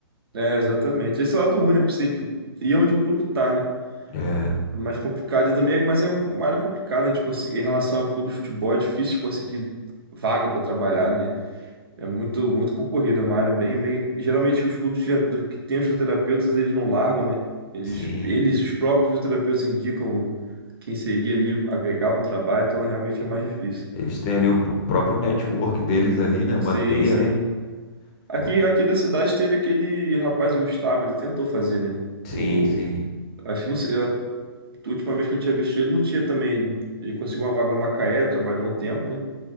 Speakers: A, on the right (about 65°); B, on the left (about 15°).
A: É, exatamente. Esse é o lado ruim, né? Porque você tem que ir onde o clube tá, né?
B: É,
A: É mais complicado e também, mas é uma área complicada, né? De conseguir- em relação a clube de futebol, é difícil conseguir vaga para trabalhar, né? É muito, muito concorrido, é uma área bem, bem. Geralmente os clubes que, já, do- que têm os fisioterapeutas, eles não largam, né? Eles,
B: sim,
A: eles, os próprios fisioterapeutas indicam quem seria ali agregar no trabalho, então realmente é mais difícil.
B: eles têm ali o, p- o próprio network deles ali, né, uma
A: Sim,
B: teia,
A: sim.
B: né?
A: Aqui,
B: Porque,
A: aqui da cidade teve aquele rapaz, o Gustavo, ele tentou fazer, né?
B: sim,
A: O,
B: sim.
A: acho que não sei, a última vez que eu tinha visto ele, não tinha também. Ele conseguiu uma vaga no Macaé, trabalhou um tempo, né?